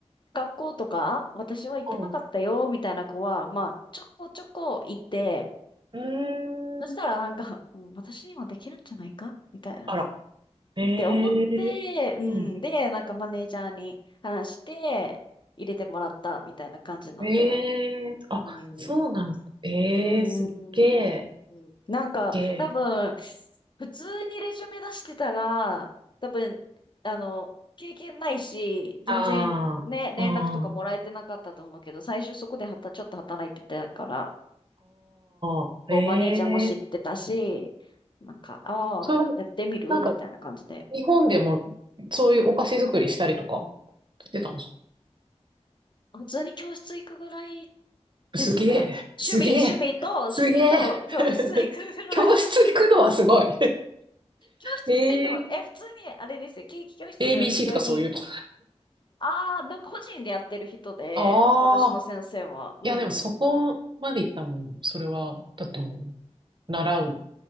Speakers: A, on the left (about 40°); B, on the right (about 45°).
A: 学校とか、私は行ってなかったよ、
B: ん、
A: みたいな子は、まあ、ちょこちょこいて、
B: うー
A: そしたらなんか、
B: ん、
A: うん、私にもできるんじゃないかみたいな。
B: あら。
A: っ
B: ええうん。
A: て思って、うん。で、なんかマネージャーに話して、入れてもらったみたいな感じなんで。
B: ええあ、
A: うん。
B: そうなんですか。
A: う
B: ええすっげえ、
A: ーん。なんか、
B: げ
A: 多分、普通にレジュメ出してたら、多分、あの、経験ないし、全然ね、
B: ああー、
A: 連絡とかもらえてなかったと思うけど、
B: うん、
A: 最初そこではた、ちょっと働いてたから、
B: ああ、
A: こう、マネージャーも知ってたし、
B: ええ
A: なんか、ああ、
B: それは、
A: やってみるみたいな感じで。
B: なんか、日本でも、そういうお菓子作りしたりとか、してたんですか
A: 普通に教室行くぐらいですね。
B: すげえ、
A: 趣味、
B: すげえ、
A: 趣味と、趣味と教室行くぐらい。
B: すげえ。<laughs> 教室行くのはすごい。
A: 教室って言っても、
B: <laughs>
A: え、
B: ええ
A: 普通に、あれですよ、ケーキ教室、
B: ABC
A: 普通に。
B: とかそういうの。
A: ああ、なんか個人でやってる人で、
B: ああ、
A: 私の先生は。う
B: いやでもそこまで行ったもん、
A: ん。
B: それは。だってもう、習う、